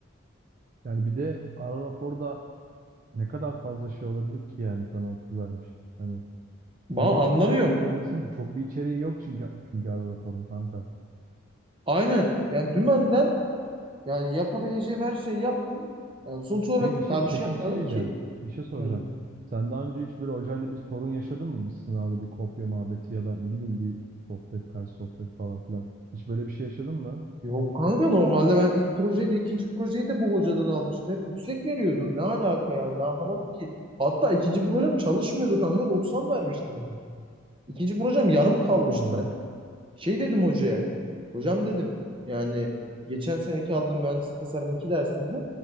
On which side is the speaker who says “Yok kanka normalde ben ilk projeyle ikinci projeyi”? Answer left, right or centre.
Right